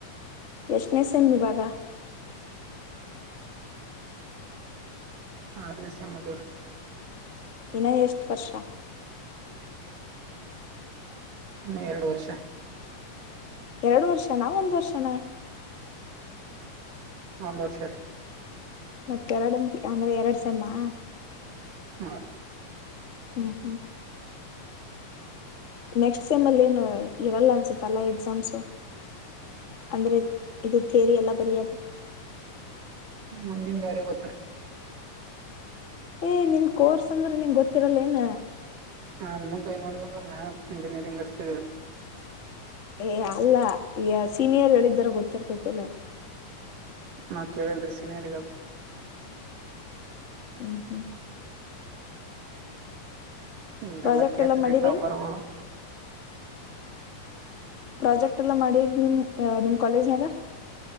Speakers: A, on the left; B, on the right.
A: ಎಷ್ಟನೇ ಸಮ್ ಇವಾಗ
B: ಅರನ್ ಸೇಮ್ ಆದಿವ್ರಿ
A: ಇನ್ನ ಎಷ್ಟ ವರ್ಷ
B: ಇನ್ನು ಎರಡು ವರ್ಷ
A: ಎರಡು ವರ್ಷನ ಒಂದ್ ವರ್ಷನ
B: ಒಂದು ವರ್ಷಾರಿ
A: ಮತ್ತೆರಡಂತ ಅಂದ್ರೆ ಎರಡ್ ಸೆಮ್ಮಾ
B: ಹಾ
A: ಹ್ಮ್ ಹ್ಮ್ ನೆಕ್ಸ್ಟ್ ಸೆಮ್ ಅಲ್ಲಿ ಏನು ಇರಲ್ಲ ಅನ್ಸುತ್ತ ಅಲ್ಲಾ ಎಕ್ಸಾಮ್ಸು ಅಂದ್ರೆ ಇದು ಥೇರಿ ಎಲ್ಲ ಬರಿಯದು
B: ಮುಂದಿದಯಾರಗಿ ಗೋತ್ತಾ
A: ಏ ನಿಮ ಕೋರ್ಸ್ ಅಂದ್ರೆ ನಿಮ ಗೊತ್ತಿರಲ್ಲೇ ಏನ
B: ಹಾ ನ ನೋಡ್ಬೇಕ ನ ಇಂಜಿನಿಯರಿಂಗ್ ಅಷ್ಟತಿದವೀ
A: ಏ ಅಲ್ಲ ಈ ಸೀನಿಯರ್ ಹೇಳಿದರ ಗೊತ್ತಿರ್ತತಿ ಅಲ್ಲ
B: ನಾ ಕೇಳ್ರೀ ಸಿನಿಯರಿಗದು
A: ಹ್ಮ್ ಹ್ಮ್
B: ಹ್ಮ
A: ಪ್ರಾಜೆಕ್ಟ್
B: ಎಲ್ಲ ಕೇತ್
A: ಎಲ್ಲಾ ಮಾಡಿರೇನ್
B: ರೀ ಟಾಪರಗಳು
A: ಪ್ರಾಜೆಕ್ಟ್ ಎಲ್ಲ ಮಾಡಿ ನಿಮ್ ನಿಮ್ ಕಾಲೇಜ್ನ್ಯಾಗ